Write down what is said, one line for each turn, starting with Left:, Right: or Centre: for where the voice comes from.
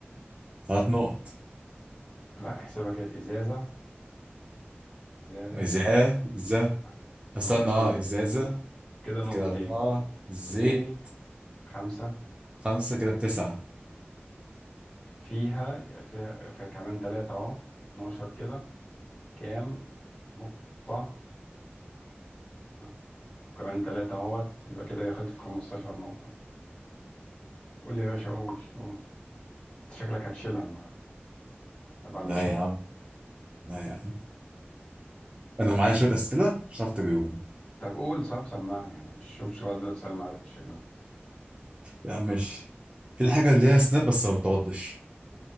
Right: ثلاث نقط
Left: لا احسبها كده إزازة إزازة
Right: إزازة
Left: لا لا نقطتين
Right: استنى اه إزازة
Left: كده كده نقطتين
Right: كده أربعة زيت
Left: وزيت خمسة
Right: خمسة كده بتسعة
Left: فيها فيها, فيها كمان ثلاثة أهو 12 كده كام نقطة آه. وكمان تلاتة اهوت يبقى كده دخلت في 15 نقطة قول يا باشا قول قول انت شكلك هتشيلها النهاردة تبع المشاريع
Right: لا يا عم لا يا عم أنا معايا شوية أسئلة مش هتعرف تجاوبهم
Left: طب قول طب سمعني انا مش شوف قادر اتسأل ما عرفتش اجاوب
Right: يا عم ماشي إيه الحاجة اللي هي سناب بس ما بتعضش